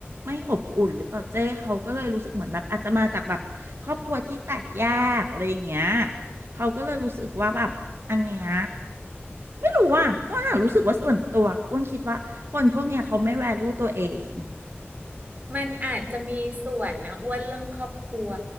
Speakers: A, on the right (about 75°); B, on the right (about 40°).
A: ไม่อบอุ่นหรือเปล่าเจ้เขาก็เลยรู้สึกเหมือนแบบอาจจะมาจากแบบครอบครัวที่แตกแยกอะไรอย่างเงี้ยเขาก็เลยรู้สึกว่าแบบอันเนี้ยไม่รู้ว่าอ้วนอะรู้สึกว่าส่วนตัวอ้วนคิดว่าคนพวกเนี้ยเขาไม่แวลูตัวเอง
B: มันอาจจะมีส่วนนะอ้วนเรื่องครอบครัว